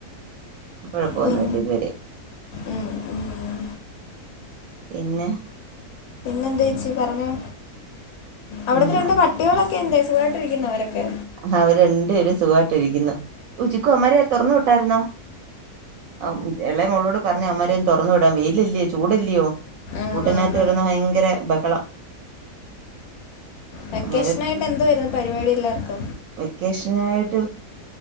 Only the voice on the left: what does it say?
പിൻ
ഉം, ഉം.
എന്തെച്ചി പറഞ്ഞോ അവിടത്തെ
രണ്ട് പട്ടികളൊക്ക ഒക്കെ എന്ത സഖമായിട്ടിരിക്കുന്നരൊക്കെ
ആണാണ്
വെക്കേഷന
ആായിട്ട് എന്ത്വാർന്ന് പരിപാടി എല്ലാർക്കും